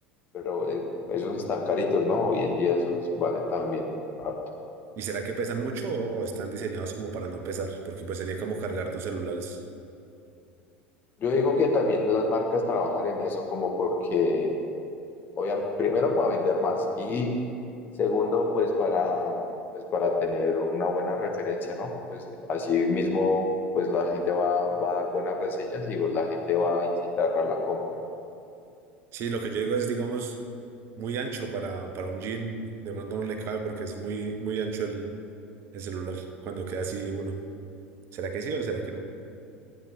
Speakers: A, on the left; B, on the right.
A: Pero eh, esos están caritos, ¿no? Hoy en día esos valen también ah,
B: ¿Y será que pesan mucho o, o están diseñados como para no pesar? Porque pues sería como cargar dos celulares.
A: Yo digo que también las marcas trabajan en eso como porque, obviamente, primero para vender más y segundo, pues para, pues para tener una buena referencia, ¿no? Pues eh, así mismo, pues la gente va, va a dar buenas reseñas y pues la gente va a incitar a la compra.
B: Sí, lo que yo digo es, digamos, muy ancho para, para un jean. De pronto no le cabe porque es muy, muy ancho el, el celular cuando queda así uno. ¿Será que sí o será que no?